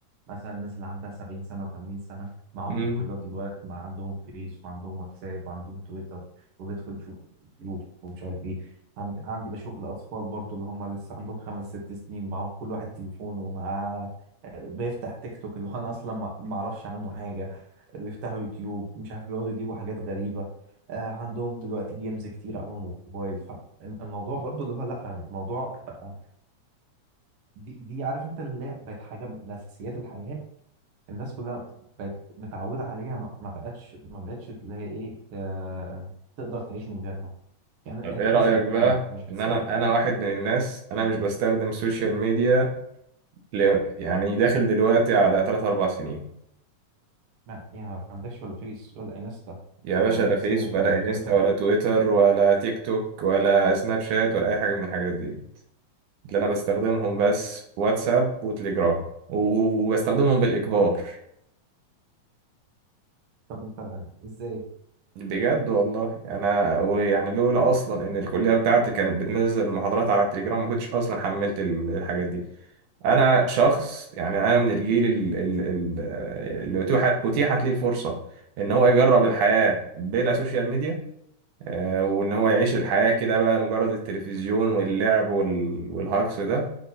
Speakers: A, on the right; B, on the right.
A: مثلا الناس اللي عندها 70 سنه و80 سنه معاهم
B: امم
A: موبايلات دلوقتي ما عندهم فيس وعندهم واتساب وعندهم تويتر وبيدخل يشوف يوتيوب ومش عارف ايه عندي, عندي بشوف الاطفال برضو اللي هم لسه عندهم خمس ست سنين معاهم كل واحد تليفون ومعاه آه، بيفتح تيك توك اللي هو انا اصلا ما ما اعرفش عنه حاجه بيفتحوا يوتيوب مش عارف بيقعدوا يجيبوا حاجات غريبه آه، عندهم دلوقتي جيمز كتير على الموبايل الموضوع برضو اللي هو لا الموضوع بقى دي, دي عارف انت اللي هي بقت حاجه من اساسيات الحياه الناس كلها بقت متعوده عليها ما ما بقتش ما بقتش اللي هي ايه آه تقدر تعيش من غيرها يعني
B: طب
A: انت
B: ايه
A: مثلا
B: رأيك
A: انت
B: بقى
A: م- مش بتستخدم
B: ان انا انا واحد من الناس انا مش بستخدم السوشيال ميديا ل- يعني داخل دلوقتي على تلات أربع سنين
A: ما- يعني ما عندكش ولا فيس ولا انستا
B: يا باشا
A: ولا
B: لا
A: واتساب
B: فيس ولا
A: ولا تويتر
B: انستا ولا تويتر ولا تيك توك ولا سناب شات ولا أي حاجة من الحاجات دي اللي أنا بستخدمهم بس واتساب وتليجرام و- وبستخدمهم بالإجبار
A: طب انت ازاي؟
B: بجد والله أنا ويعني لولا أصلا إن الكلية بتاعتي كانت بتنزل المحاضرات على التليجرام ما كنتش أصلا حملت ال- الحاجات دي أنا شخص يعني أنا من الجيل ال- ال- ال- اللي أتوح- أتيحت ليه الفرصة إن هو يجرب الحياة بلا سوشيال ميديا آه، وان هو يعيش الحياة كده بقى مجرد التلفزيون واللعب وال- والهجص ده